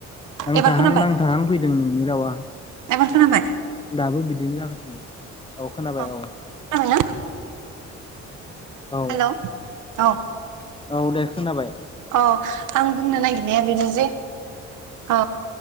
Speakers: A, on the left; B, on the right.
A: नांथाहां
B: एबार खोनाबाय
A: नांथाहां फैदों नोंनि रावा
B: एबार खोनाबाय
A: दाबो बिदिनो जागासिनो औ खोनाबाय
B: अ
A: औ
B: खोनाबायना
A: औ
B: हेलौ औ
A: औ दे खोनाबाय
B: अ आं बुंनो नागिरनाया बेनो जे औ